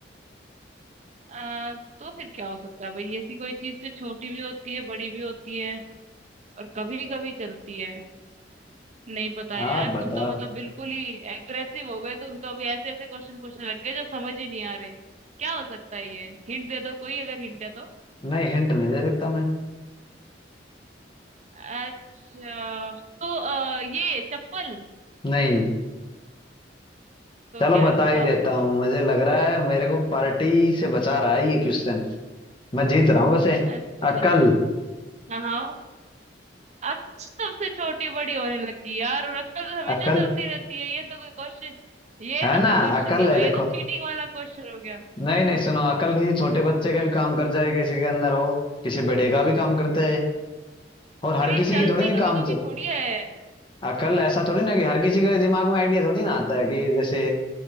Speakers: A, on the right; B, on the left.
A: आ, तो फिर क्या हो सकता है भाई ऐसी कोई चीज जो छोटी भी होती है बड़ी भी होती है और कभी कभी चलती है नहीं पता यार
B: आप बता
A: तुम तो मतलब बिल्कुल ही एग्रेसिव हो गए तुम तो अभी ऐसे ऐसे क्वेश्चन पूछने लग गए जो समझ ही नहीं आ रहे क्या हो सकता है ये हिंट दे दो कोई अगर हिंट है तो
B: नहीं हिंट नहीं दे सकता मैं
A: अच्छा तो अ, ये चप्पल
B: नहीं
A: तो
B: चलो
A: क्या
B: बता
A: है बताओ
B: ही देता हूँ मुझे लग रहा है मेरे को पार्टी से बचा रहा है ये क्वेश्चन मैं जीत रहा हूँ वैसे
A: अच्छा
B: अकल
A: अच्छा हाँ हाँ अब सबसे छोटी बड़ी होने लगी यार और अक्कल तो तो हमेशा
B: अकल
A: चलती रहती है ये तो कोई क्वेश्चन ये
B: है
A: तो कोई
B: ना
A: क्वेश्चन
B: अकल
A: नहीं हुआ
B: है
A: ये
B: देखो
A: तो चीटिंग वाला क्वेश्चन हो गया
B: नहीं नहीं सुनो अकल किसी छोटे बच्चे का भी काम कर जाए किसी के अंदर हो किसी बड़े का भी काम करता है और हर
A: लेकिन
B: किसी
A: ये चलती
B: की थोड़ी ना
A: कभी
B: काम
A: कभी
B: तो
A: थोड़ी है
B: अकल ऐसा थोड़ी ना कि हर किसी के दिमाग में आइडिया थोड़ी ना आता है कि जैसे